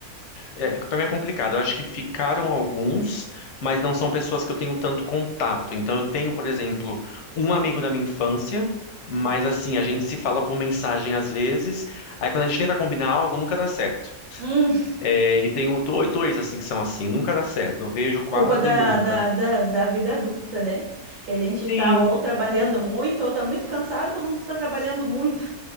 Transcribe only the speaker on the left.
É, para mim é complicado. Eu acho que ficaram alguns, mas não são pessoas que eu tenho tanto contato. Então eu tenho, por exemplo, um amigo da minha infância, mas assim, a gente se fala por mensagem às vezes. Aí quando a gente tenta combinar algo, nunca dá certo.
É, e tenho do- dois assim que são assim, nunca dá certo. Eu vejo quase
nunca.
Sim,